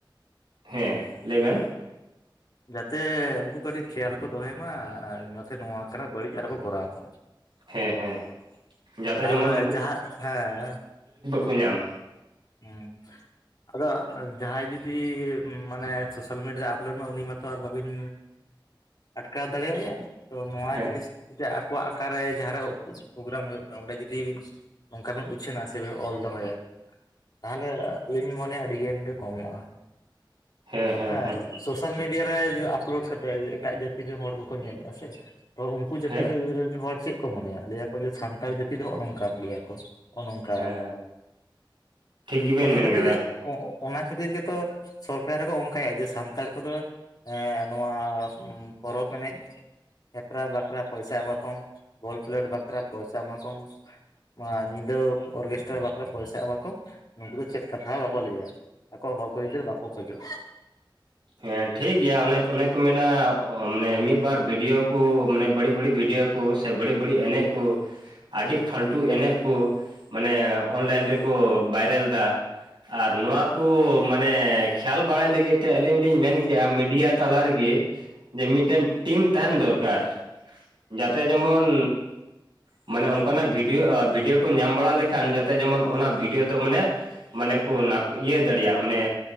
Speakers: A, on the right; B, on the left.
A: ᱦᱮᱸ ᱞᱟᱹᱭ ᱵᱮᱱ
B: ᱡᱟᱛᱮ ᱩᱱᱠᱩ ᱠᱟᱹᱴᱤᱡ ᱠᱷᱮᱭᱟᱞ ᱠᱚ ᱫᱚᱦᱚᱭ ᱢᱟ ᱟᱨ ᱡᱟᱛᱮ ᱱᱚᱣᱟ ᱠᱟᱱᱟ ᱵᱟᱹᱲᱤᱡ ᱟᱨᱚ ᱠᱚ ᱠᱚᱨᱟᱣ ᱢᱟ᱾
A: ᱦᱮᱸ ᱦᱮᱸ ᱡᱟᱛᱮ ᱡᱮᱢᱚᱱ
B: ᱟᱨ ᱡᱟᱦᱟᱸ ᱦᱮᱸᱼᱼ
A: ᱠᱩ ᱧᱟᱢ
B: ᱦᱮᱸ ᱟᱫᱚ ᱡᱟᱦᱟᱸᱭ ᱡᱩᱫᱤ ᱢᱟᱱᱮ ᱥᱳᱥᱟᱞ ᱢᱤᱰᱤᱭᱟ ᱨᱮ ᱟᱯᱞᱳᱰ ᱢᱟ ᱩᱱᱤ ᱢᱟᱛᱚ ᱟᱨ ᱵᱟᱹᱵᱤᱱᱼᱼ ᱟᱴᱠᱟᱣ ᱫᱟᱲᱮᱭᱟᱭᱟ ᱛᱚ ᱱᱚᱣᱟ
A: ᱦᱮᱸ
B: ᱡᱤᱱᱤᱥ ᱼᱼ ᱟᱠᱚᱣᱟᱜ ᱟᱠᱟ ᱨᱮ ᱡᱟᱦᱟᱸ ᱨᱮ ᱯᱨᱳᱜᱨᱟᱢ ᱦᱩᱭᱩᱜ ᱠᱟᱱᱟ ᱚᱸᱰᱮ ᱡᱩᱫᱤᱼᱼ ᱱᱚᱝᱠᱟ ᱵᱮᱱ ᱩᱪᱷᱟᱹᱱᱟ ᱥᱮ ᱵᱮᱱ ᱚᱞ ᱫᱚᱦᱚᱭᱟ ᱛᱟᱦᱚᱞᱮ ᱟᱹᱞᱤᱧ ᱞᱤᱧ ᱢᱚᱱᱮᱭᱟ ᱟᱹᱰᱤ ᱜᱟᱱ ᱜᱮ ᱠᱚᱢᱚᱜᱼᱟ
A: ᱦᱮᱸ ᱦᱮᱸ
B: ᱦᱮᱸᱼᱼ
A: ᱦᱮᱸ
B: ᱥᱳᱥᱟᱞ ᱢᱤᱰᱤᱭᱟ ᱨᱮ ᱡᱩᱫᱤ ᱟᱯᱞᱳᱰ ᱠᱟᱛᱮᱫ ᱮᱴᱟᱜ ᱡᱟᱹᱛᱤ ᱨᱮᱱ ᱦᱚᱲ ᱠᱚ ᱠᱚ ᱧᱮᱞᱮᱜᱼᱟ ᱥᱮᱼᱼ ᱛᱚ ᱩᱱᱠᱩ ᱡᱟᱹᱛᱤ
A: ᱦᱮᱸ
B: ᱨᱮᱱ ᱦᱚᱲ ᱪᱮᱫ ᱠᱚ ᱢᱚᱱᱮᱭᱟ ᱞᱟᱹᱭ ᱟᱠᱚ ᱡᱮ ᱥᱟᱱᱛᱟᱲ ᱡᱟᱹᱛᱤ ᱫᱚ ᱱᱚᱜᱼᱚᱭ ᱱᱚᱝᱠᱟᱱ ᱜᱮᱭᱟ ᱠᱚ᱾ ᱚᱱ ᱚᱱᱠᱟ
A: ᱦᱮᱸ ᱴᱷᱤᱠ ᱜᱮᱵᱮᱱ
B: ᱚᱱᱟ
A: ᱢᱮᱱ
B: ᱠᱷᱟᱹᱛᱤᱨ
A: ᱠᱟᱫᱟ
B: ᱚᱱᱟ ᱠᱷᱟᱹᱛᱤᱨ ᱜᱮᱛᱚ ᱥᱚᱨᱠᱟᱨ ᱦᱚᱸᱠᱚ ᱚᱱᱠᱟᱭᱟ ᱡᱮ ᱥᱟᱱᱛᱟᱲ ᱠᱚᱫᱚᱼᱼ ᱦᱮᱸ ᱱᱚᱣᱟ ᱯᱚᱨᱚᱵᱽ ᱮᱱᱮᱡᱼᱼ ᱦᱮᱯᱨᱟᱣ ᱵᱟᱠᱷᱨᱟ ᱯᱚᱭᱥᱟ ᱮᱢᱟ ᱠᱚᱢ, ᱵᱚᱞ ᱠᱷᱮᱞᱳᱰ ᱵᱟᱠᱷᱨᱟ ᱯᱚᱭᱥᱟ ᱮᱢᱟ ᱠᱚᱢ ᱢᱟ ᱧᱤᱫᱟᱹ ᱚᱨᱜᱮᱥᱴᱟᱨ ᱵᱟᱠᱷᱨᱟ ᱯᱚᱭᱥᱟ ᱮᱢᱟ ᱠᱚᱢ ᱱᱩᱠᱩ ᱫᱚ ᱪᱮᱫ ᱠᱟᱛᱷᱟ ᱦᱚ ᱵᱟᱠᱚ ᱞᱟᱹᱭᱟ ᱟᱠᱚᱣᱟᱜ ᱦᱚᱠ ᱟᱹᱭᱫᱟᱹᱨ ᱵᱟᱠᱚ ᱠᱷᱚᱡᱚᱜᱼᱟ᱾
A: ᱦᱮᱸ ᱴᱷᱤᱠ ᱜᱮᱭᱟ ᱚᱱᱮ ᱚᱱᱮᱠᱼᱼ ᱠᱚ ᱢᱮᱱᱟ ᱢᱟᱱᱮ ᱢᱤᱫ ᱵᱟᱨ ᱵᱷᱤᱰᱤᱭᱳ ᱠᱩ ᱢᱟᱱᱮ ᱵᱟᱹᱲᱤᱡ ᱵᱟᱹᱲᱤᱡ ᱵᱷᱤᱰᱤᱭᱳ ᱠᱩ ᱥᱮ ᱵᱟᱹᱲᱤᱡ ᱵᱟᱹᱲᱤᱡ ᱮᱱᱮᱡ ᱠᱩ ᱟᱹᱰᱤ ᱯᱟᱹᱞᱴᱩ ᱮᱱᱮᱡ ᱠᱚ ᱢᱟᱱᱮ ᱚᱱᱞᱟᱭᱤᱱ ᱨᱮᱠᱚ ᱵᱟᱭᱨᱟᱞ ᱮᱫᱟ᱾ ᱟᱨ ᱱᱚᱣᱟ ᱠᱚ ᱢᱟᱱᱮ ᱠᱷᱮᱭᱟᱞ ᱵᱟᱲᱟᱭ ᱞᱟᱹᱜᱤᱫ ᱛᱮ ᱟᱹᱞᱤᱧᱼᱼ ᱟᱹᱞᱤᱧ ᱞᱤᱧ ᱢᱮᱱ ᱠᱮᱜᱼᱟ ᱢᱤᱰᱤᱭᱟ ᱛᱟᱞᱟ ᱨᱮᱜᱮ ᱡᱮ ᱢᱤᱫᱴᱮᱱ ᱴᱤᱢ ᱛᱟᱦᱮᱱ ᱫᱚᱨᱠᱟᱨ ᱡᱟᱛᱮ ᱡᱮᱢᱚᱱᱼᱼ ᱢᱟᱱᱮ ᱚᱱᱠᱟᱱᱟᱜ ᱵᱷᱤᱰᱤᱭᱳ ᱵᱷᱤᱰᱤᱭᱳ ᱠᱚ ᱧᱟᱢ ᱵᱟᱲᱟ ᱞᱮᱠᱷᱟᱱ ᱡᱟᱛᱮ ᱡᱮᱢᱚᱱ ᱚᱱᱟ ᱵᱷᱤᱰᱤᱭᱳ ᱫᱚ ᱢᱟᱱᱮᱼᱼ ᱢᱟᱱᱮ ᱠᱚ ᱤᱭᱟᱹ ᱫᱟᱲᱮᱭᱟᱜ ᱢᱟᱱᱮ